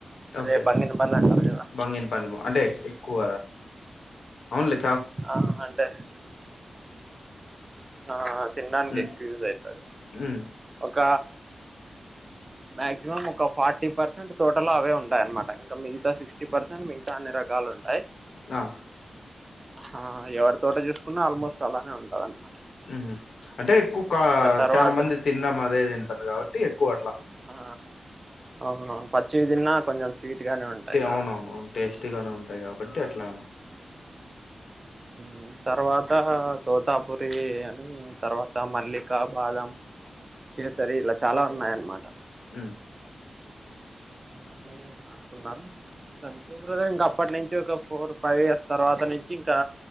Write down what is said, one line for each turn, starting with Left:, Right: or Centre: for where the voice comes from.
Right: అదే
Left: ఓకే
Right: బంగిన పల్లి అంటారు కదా
Left: బంగిను పల్లిమ అంటే ఎక్కువ అవును లే
Right: ఆ అంటే ఆ తినడానికి
Left: ఉమ్
Right: ఎక్కువ యూస్ అవుతాది
Left: ఉమ్
Right: ఒక మాక్సిమం ఒక ఫార్టీ పర్సెంట్ టోటలో అవే ఉంటాయి అన్నమాట ఇంకా మిగతా సిక్స్టీ పర్సెంట్ మిగతా అన్ని రకాలు ఉంటాయి
Left: ఆ
Right: ఆ ఎవరి తోట చూసుకున్నా ఆల్మోస్ట్ అలానే ఉంటద అనమాట
Left: ఉమ్ అంటే ఎక్కువ కా
Right: ఇంకా తర్వాత
Left: చాలా మంది తిన్నా అదే తింటారు కాబట్టి ఎక్కువ అట్లా
Right: ఆ అవును అవును ప చిది తిన్న కొంచెం స్వీట్ గానే ఉంటాయి కదా
Left: అవున అవునువు టేస్టీ గానే ఉంటాయి కాబట్టి అట్లా అనమా
Right: ఉమ్ తర్వాత తోటా పూరి అని తర్వాత మల్లిక బాదం కే సరి ఇలా చాలా ఉన్నాయనమట
Left: అ
Right: అని అనుకున్నారు అంతే ఇంక అప్పటి నుంచి ఒక ఫోర్ ఫైవ్ ఇయర్స్ తర్వాత నుంచి కా